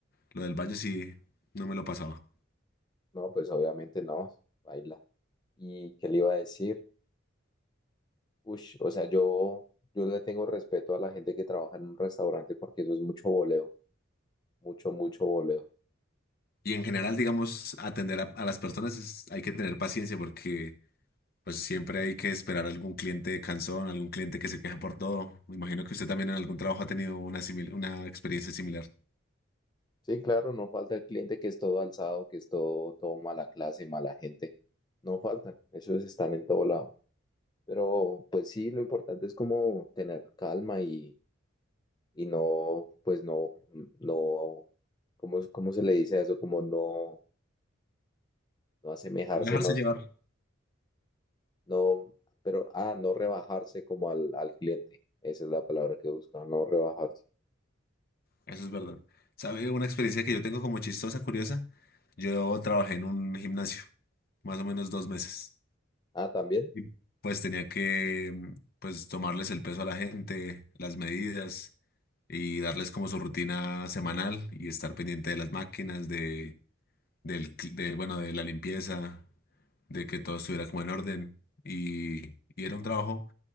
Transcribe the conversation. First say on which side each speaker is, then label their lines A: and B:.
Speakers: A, on the left; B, on the left.
A: lo del baño sí, no me lo pasaba.
B: No, pues obviamente no, baila. ¿Y qué le iba a decir? Ush, o sea, yo, yo le tengo respeto a la gente que trabaja en un restaurante porque eso es mucho voleo, mucho, mucho voleo.
A: Y en general, digamos, atender a, a las personas es- hay que tener paciencia porque pues siempre hay que esperar a algún cliente cansón, algún cliente que se queja por todo. Me imagino que usted también en algún trabajo ha tenido una, simil- una experiencia similar.
B: Sí, claro, no falta el cliente que es todo alzado, que es todo, todo mala clase, mala gente. No faltan, esos están en todo lado. Pero pues sí, lo importante es como tener calma y, y no, pues no, no, ¿cómo, cómo se le dice a eso? Como no, no asemejarse,
A: Dejarse
B: no.
A: llevar.
B: No, pero, ah, no rebajarse como al, al cliente. Esa es la palabra que busca, no rebajarse.
A: Eso es verdad. ¿Sabe una experiencia que yo tengo como chistosa, curiosa? Yo trabajé en un gimnasio, más o menos dos meses.
B: Ah, también.
A: Y pues tenía que, mm, pues, tomarles el peso a la gente, las medidas y darles como su rutina semanal y estar pendiente de las máquinas, de, del, cl- de, bueno, de la limpieza, de que todo estuviera como en orden. Y, y era un trabajo,